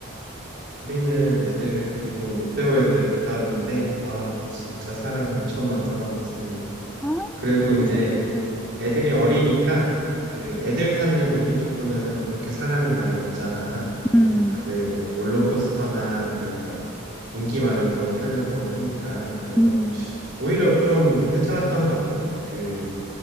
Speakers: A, on the right; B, in the centre.
A: 우리는 애들 데리고 롯데월드 갔다 왔는데, 아, 진짜 사람이 엄청 많더라고요, 지금.
B: 아
A: 그래도 이제
B: 좋았겠다.
A: 애들이 어리니까, 그 애들 타는 놀이기구는 그렇게 사람이 많이 없잖아. 그
B: 음,
A: 다들 뭐 롤러코스터나 아니면 이런 인기 많은 거 타려고 하니까. 그래서
B: 음,
A: 오히려 좀 괜찮았던 것 같아. 그